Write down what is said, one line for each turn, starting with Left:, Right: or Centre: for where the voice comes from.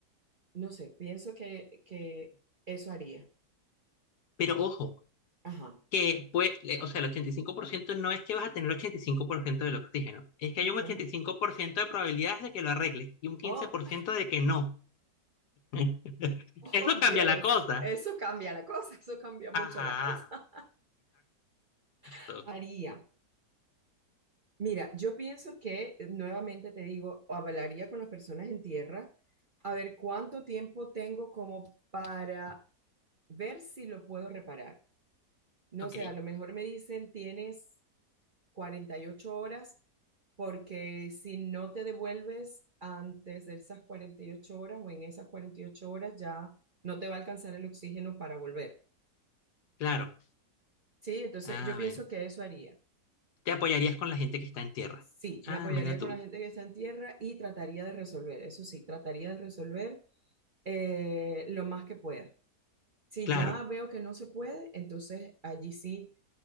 Right: No sé, pienso que, que eso haría.
Left: Pero ojo,
Right: Ajá.
Left: que pues, le- o sea, el 85% no es que vas a tener el 85% del oxígeno, es que
Right: ¿Y
Left: hay un
Right: cómo?
Left: ochenta y cinco por ciento de probabilidades de que lo arregles y un quince
Right: Oh,
Left: por ciento de que no. <laughs>
Right: <laughs>
Left: Eso
Right: oh
Left: cambia
Right: Dios,
Left: la cosa.
Right: eso cambia la cosa, eso cambia mucho
Left: Ajá,
Right: la cosa.
Left: exacto.
Right: <laughs> Haría. Mira, yo pienso que eh, nuevamente te digo, hablaría con las personas en tierra a ver cuánto tiempo tengo como para ver si lo puedo reparar. No
Left: Ok,
Right: sé, a lo mejor me dicen tienes 48 horas porque si no te devuelves antes de esas 48 horas o en esas 48 horas ya no te va a alcanzar el oxígeno para volver.
Left: claro.
Right: Sí, entonces
Left: A
Right: yo pienso
Left: ver,
Right: que eso haría.
Left: te apoyarías con la gente que está en tierra.
Right: Sí,
Left: Ah,
Right: me apoyaría
Left: mira tú.
Right: con la gente que está en tierra y trataría de resolver, eso sí, trataría de resolver eh, lo más que pueda. Si
Left: Claro,
Right: ya veo que no se puede, entonces allí sí